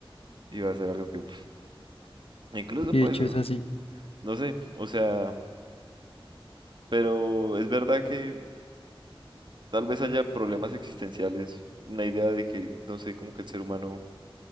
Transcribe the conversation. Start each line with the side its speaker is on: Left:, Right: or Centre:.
Right: y va a ser algo que, uf, incluso,
Left: Y
Right: pues,
Left: de hecho
Right: no,
Left: es así.
Right: no sé, o sea, pero es verdad que tal vez haya problemas existenciales, una idea de que, no sé, como que el ser humano,